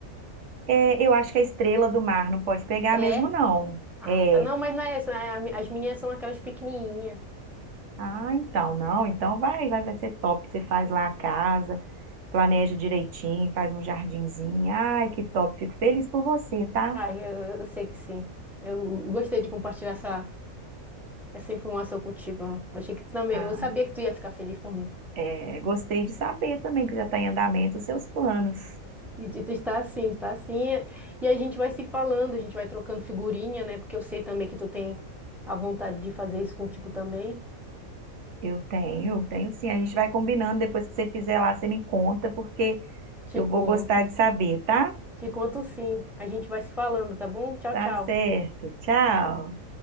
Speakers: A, on the right (about 60°); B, in the centre.
A: É, eu acho que a estrela do mar não pode pegar
B: É?
A: mesmo, não.
B: Ah,
A: É.
B: tá. Não, mas não é essa. a- a- As minhas são aquelas pequenininhas.
A: Ah, então, não. Então vai, vai, vai ser top. Você faz lá a casa, planeja direitinho, faz um jardinzinho. Ai, que top. Fico feliz por você, tá?
B: Ah, eu, eu sei que sim. Eu gostei de compartilhar essa, essa informação contigo. ó. Achei que tu também.
A: Ah,
B: Eu sabia que tu ia ficar feliz por mim.
A: é, gostei de saber também que já está em andamento os seus planos.
B: E e está assim, está assim. é- E a gente vai se falando, a gente vai trocando figurinha, né? Porque eu sei também que tu tem a vontade de fazer isso contigo também.
A: Eu tenho, tenho sim. A gente vai combinando. Depois que você fizer lá, você me conta, porque
B: Te
A: eu
B: conto.
A: vou gostar de saber, tá?
B: Te conto sim. A gente vai se falando, tá bom? Tchau,
A: Tá
B: tchau.
A: certo. Tchau.